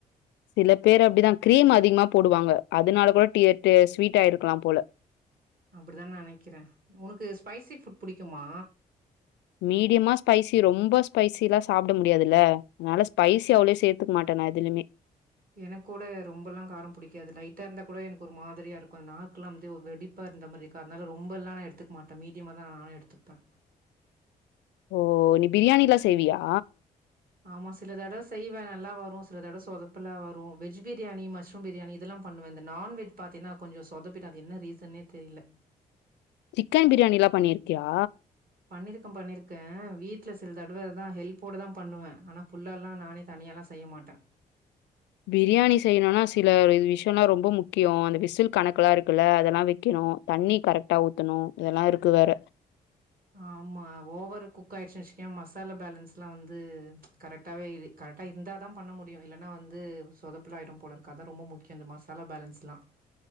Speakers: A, on the left (about 65°); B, on the right (about 45°).
A: சில பேர் அப்டிதா க்ரீம் அதிகமா போடுவாங்க அதனால கூட டே டே ஸ்வீட் ஆய்ருக்கலா போல
B: அப்டி தா நெனைக்கிறே உனக்கு ஸ்பைசி ஃபுட் புடிக்குமா
A: மீடியமா ஸ்பைசி ரொம்ப ஸ்பைசிலா சாப்ட முடியாதுல அதனால ஸ்பைசி அவ்ளோ சேத்துக் மாட்ட நா எதுலியுமே
B: எனக் கூட ரொம்பலா காரோ புடிக்காது லைட்டா இருந்தா கூட எனக் ஒரு மாதிரியா இருக்கு நாக்குலா வந்து ஒர் வெடிப்பா இருந்த மாரி க இருந்தாலு ரொம்பலா நா எடுத்துக் மாட்ட மீடிமாதா நா எடுத்துப்பே
A: ஓ நீ பிரியாணிலா செய்வியா
B: ஆமா சில தடவ செய்வே நல்லா வரு சில தடவ சொதப்பலா வரு வெஜ் பிரியாணி மஷ்ரூம் பிரியாணி இதுலா பண்வே இந்த நான்வெஜ் பாத்தீனா கொஞ்சோ சொதப்பிட அது என்ன ரீசன்னே தெரில
A: சிக்கன் பிரியாணிலா பண்ணிர்க்கியா
B: பண்ணிருக்க பண்ணிருக்க வீட்ல சில தடவதா ஹெல்ப்போட தா பண்ணுவே ஆனா ஃபுல்லலா நானே தனியாலா செய்ய மாட்டே
A: பிரியாணி செய்ணுனா சில வி விஷ்யொலா ரொம்ப முக்கியோ அந்த விசில் கணக்லா இருக்குல்ல அதெலா வெக்கணு தண்ணி கரெக்டா ஊத்தணு இதெல்லா இருக்கு வேற
B: ஆமா ஓவர் குக் ஆய்ருச்சுனு வச்சுக்கேயே மசாலா பேலன்ஸ்லா வந்து கரெக்டாவே இரு கரட்டா இர்ந்தாத பண்ண முடியு இல்லனா வந்து சொதப்ல ஆய்டு போல அதா ரொம்ப முக்யோ இந்த மாசாலா பேலன்ஸ்லா